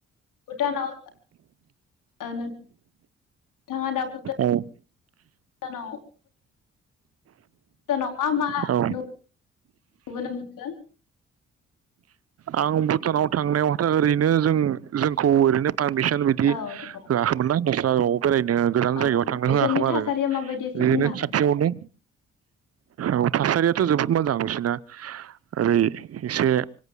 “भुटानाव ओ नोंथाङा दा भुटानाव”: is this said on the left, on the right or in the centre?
Left